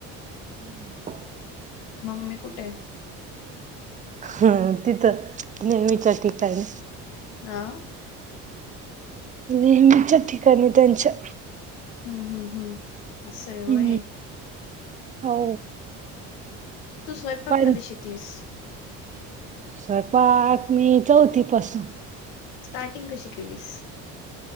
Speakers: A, on the right; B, on the left.
A: <unintelligible>
B: मम्मी कुठे
A: हा तिथं नेहमी च्या ठिकाणी
B: ह!
A: <inaudible> नेहमीच्या ठिकाणी त्यांच्या.
B: हम्म हम्म हम्म असंवय,
A: हम्म
B: <inaudible>
A: हो
B: तू स्वयंपाक
A: पण
B: कधी शिकलीस,
A: स्वयंपाक मी चौथीपसून.
B: स्टार्टिंग कशी केलीस,